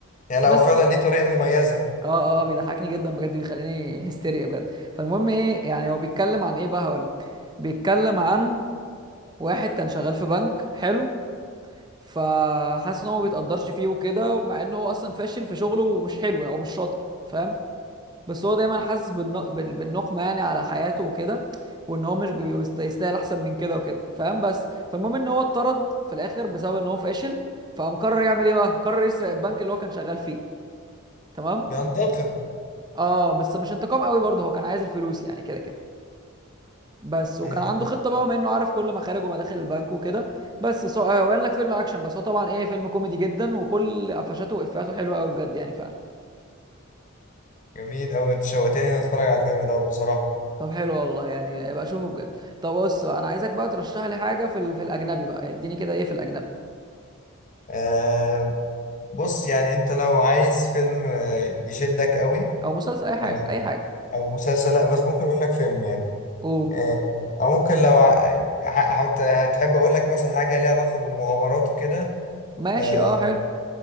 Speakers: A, on the left; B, on the right.
A: يعني لا
B: بس
A: هو فعلا ليه طريقه مميزه
B: اه اه بيضحكني جدا بجد بيخليني هستيريا بجد فالمهم ايه يعني هو بيتكلم عن ايه بقى هقولك بيتكلم عن واحد كان شغال في بنك حلو فحاسس ان هو ما بيتقدرش فيه وكده مع ان هو اصلا فاشل في شغله ومش حلو يعني هو مش شاطر فاهم بس هو دايما حاسس بالن- بال- بالنقمه يعني على حياته وكده وان هو مش بي- بيست- يستاهل احسن من كده وكده فاهم بس فالمهم ان هو اتطرد في الاخر بسبب ان هو فاشل فقام قرر يعمل ايه بقى قرر يسرق البنك اللي هو كان شغال فيه تمام
A: بينتقم
B: اه بس مش انتقام قوي برضه هو كان عايز الفلوس يعني كده كده بس وكان
A: امم
B: عنده خطه بقى بما انه عارف كل مخارج ومداخل البنك وكده بس سو... آه، بان لك فيلم اكشن بس هو طبعا ايه فيلم كوميدي جدا وكل قفشاته وافاته حلوه قوي بجد يعني فعلا
A: جميل قوي انت شوقتني اني اتفرج على الفيلم ده بصراحه
B: طب حلو والله يعني بقى اشوفه بجد طب بص بقى، انا عايزك بقى ترشح لي حاجه في ال... في الاجنبي بقى اديني كده ايه في الاجنبي
A: آه بص يعني انت لو عايز فيلم آه، يشدك قوي
B: او مسلسل اي حاجه
A: آه،
B: اي حاجه
A: او مسلسل لا بس ممكن اقول لك فيلم يعني
B: اوه
A: آه، او ممكن لو ع- ح- هت- هتحب اقول لك مثلا حاجه ليها علاقه بالمغامرات وكده
B: ماشي
A: آه،
B: اه حلو